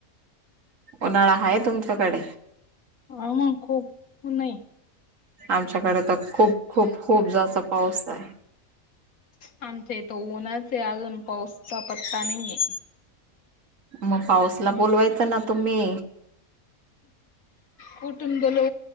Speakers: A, on the right (about 65°); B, on the left (about 75°).
A: उन्हाळा हाय तुमच्याकडे?
B: ह ह खूप नाही.
A: आमच्याकडे तर खूप, खूप खूप जास्त पाऊस आहे.
B: आमच्या इथ उन्हच आहे अजून पाऊसचा पत्ता नाहीये.
A: मग पाऊस ला बोलवायचं ना तुम्ही
B: कुठून बोलु